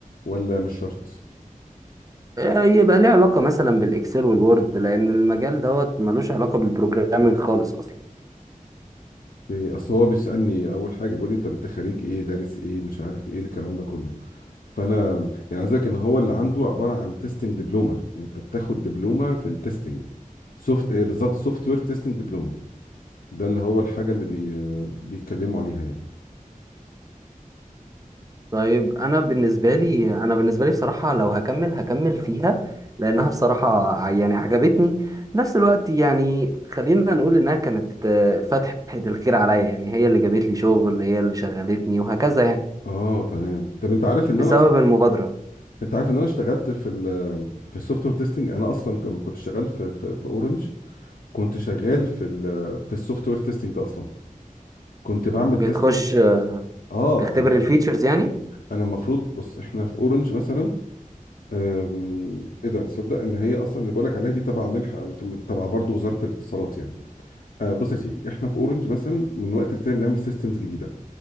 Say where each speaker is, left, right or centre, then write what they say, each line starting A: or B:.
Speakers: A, on the left; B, on the right.
A: ولا مش شرط
B: آه، يبقى ليه علاقة مثلا بالاكسل والوورد لان المجال دوت ملوش علاقة بالبروجرامينج خالص اصلا
A: إيه، اصل هو بيسألني اول حاجة بيقول لي انت بت- خريج ايه دارس ايه مش عارف ايه الكلام ده كله فانا يعني عايز أقولك ان هو اللي عنده عبارة عن تيستنج دبلومة انت بتاخد دبلومة في التيستنج سوفت إيه بالظبط سوفت وير تيستنج دبلومة ده اللي هو الحاجة اللي بي... بيتكلموا عليها يعني
B: طيب انا بالنسبه لي انا بالنسبه لي بصراحه لو هكمل هكمل فيها لانها بصراحه يعني عجبتني في نفس الوقت يعني خلينا نقول انها كانت آه، فتحه الخير عليا يعني هي اللي جابت لي شغل هي اللي شغلتني وهكذا يعني
A: اه تمام طب انت عارف ان
B: بسبب
A: انا اصلا
B: المبادره
A: انت عارف ان انا اشتغلت في ال... في السوفت وير تيستنج انا اصلا كم- كنت شغال في في, في اورنج كنت شغال في ال في السوفت وير تيستنج ده اصلا كنت بعمل
B: بتخش
A: تيستنج
B: آه،
A: اه
B: تختبر
A: انا
B: الفيتشرز يعني
A: انا المفروض بص احنا في اورنج مثلا أم، ايه ده صدق ان هي اصلا اللي بقول لك عليها دي تبع منحه تبع برضه وزاره الاتصالات يعني آه بص يا سيدي احنا في اورنج مثلا من وقت للتاني بنعمل سيستمز جديده